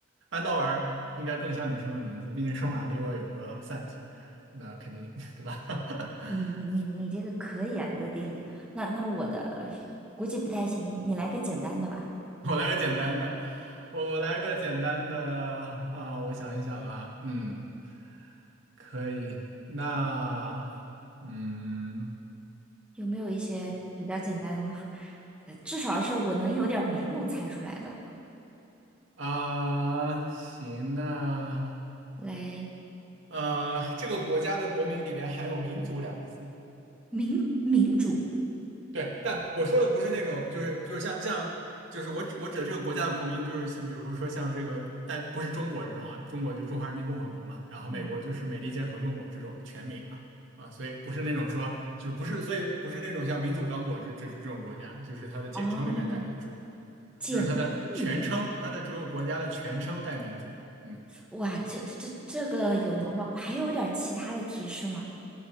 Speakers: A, on the right (about 90°); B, in the centre.
A: 安道尔应该更像女生的名字，毕竟圣马力诺有个 Sant。那肯定 <laughs> 对吧？<laughs>
B: 你你你你这个可以啊，你的地理。那那我的估计不太行，你来个简单的吧。
A: 我来个简单的，我我来个简单的啊，我想一想啊，嗯，可以，那嗯
B: 有没有一些比较简单的？呃至少是我能有点儿眉目猜出来的。
A: 啊，行，那
B: 来，
A: 呃，这个国家的国名里边含有“民主”两个字。
B: 民民主，
A: 对，但我说的不是那种，就是就是像像，就是我指我指的这个国家的国民，就是像比如说像这个，但不是中国这种啊，中国就中华人民共和国嘛，然后美国就是美利坚合众国这种全名啊啊，
B: 嗯，
A: 所以不是那种说就是不是，所以不是那种像民主刚果这这这种国家，就是它的简称里面带民主，
B: 哦，简称明
A: 就是它的全称，它的这个国家的全称带民主，嗯
B: 哇，这这这这个有难道我还有点儿其他的提示吗？